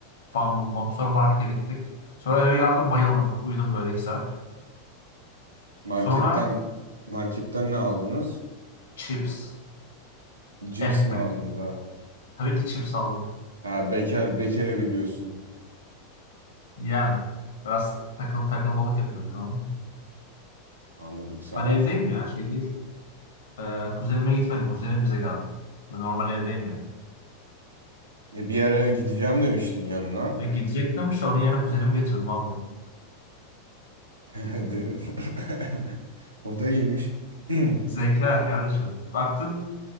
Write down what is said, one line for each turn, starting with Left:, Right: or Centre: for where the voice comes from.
Left: bam bum bam. Sonra markete gittik. Sonra eve geldim bayıldım. Uyudum böyle iki saat.
Right: Marketten
Left: Sonra
Right: marketten ne aldınız?
Left: chips.
Right: Cips
Left: Ekmek.
Right: mi aldınız abi?
Left: Tabii ki chips aldım.
Right: Ha bekar bekar evi diyorsun.
Left: Yani biraz takıl takılmalık yapıyoruz anladın mı?
Right: Anladım sarar.
Left: Ben evdeyim ya şey değil. Ee, kuzenime gitmedim. Kuzenim bize geldi. Ben normal evdeyim ya.
Right: E bir ara gideceğim demiştin yanına.
Left: Ve gidecektim işte onun yerine kuzenimi getirdim abi.
Right: <laughs> Dedim. <laughs> O da iyiymiş. <clears throat>
Left: Zeka kardeşim. Baktın